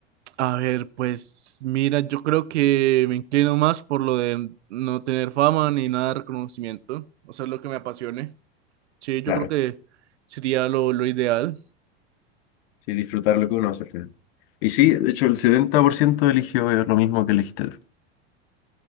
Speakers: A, on the right; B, on the left.
A: A ver, pues mira, yo creo que me inclino más por lo de no tener fama ni nada de reconocimiento, o sea, lo que me apasione. Sí, yo
B: Claro,
A: creo que sería lo, lo ideal.
B: sí, disfrutar lo que uno hace al final. Y sí, de hecho el 70% eligió eh, lo mismo que elegiste tú.